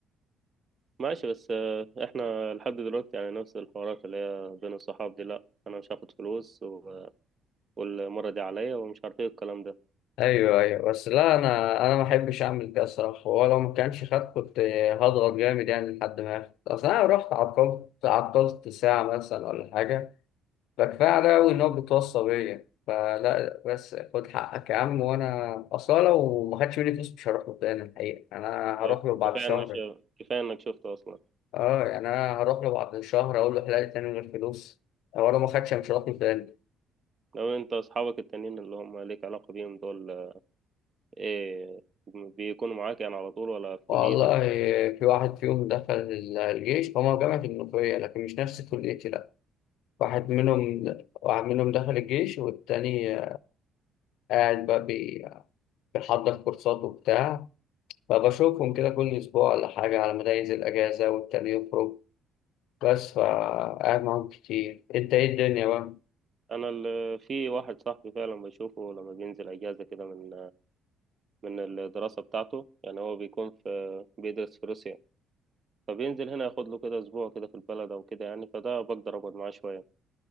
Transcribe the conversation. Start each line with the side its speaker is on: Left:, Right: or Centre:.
Right: ماشي بس آه، احنا لحد دلوقتي يعني نفس الحوارات اللي هي بين الصحاب دي لا انا مش هاخد فلوس و- والمرة دي عليا ومش عارف ايه الكلام ده
Left: ايوه ايوه بس لا انا انا ما احبش اعمل كده الصراحه ولو ما كانش خد كنت هضغط جامد يعني لحد ما ياخد اصل انا رحت عطلت عطلت ساعه مثلا ولا حاجه فكفايه عليا قوي ان هو بيتوصى بيا فلا بس خد حقك يا عم وانا اصلا لو ما خدش مني فلوس مش هروح له تاني الحقيقه انا
Right: آه،
Left: هروح له بعد
Right: كفاية
Left: شهر
Right: انك كفاية انك شفته اصلا
Left: اه يعني انا هروح له بعد شهر اقول له حلال تاني من غير فلوس ولو ما خدش أنا مش هروح له تاني
Right: لو انت اصحابك التانيين اللي هم ليك علاقة بيهم دول إيه بيكونوا معاك يعني على طول ولا في
Left: والله
Right: كليتك ولا
Left: في واحد فيهم دخل الجيش هما جامعة المنوفية لكن مش نفس كليتي لأ واحد منهم واحد منهم دخل الجيش والتاني قاعد بقى بي- بيحضر كورسات وبتاع فبشوفهم كده كل أسبوع ولا حاجة على مدايز الأجازة والتاني يخرج بس فقاعد معاهم كتير أنت إيه الدنيا بقى؟
Right: أنا ال- في واحد صاحبي فعلا بشوفه لما بينزل أجازة كده من من الدراسة بتاعته يعني هو بيكون في بيدرس في روسيا فبينزل هنا ياخد له كده أسبوع كده في البلد أو كده يعني فده بقدر أقعد معاه شوية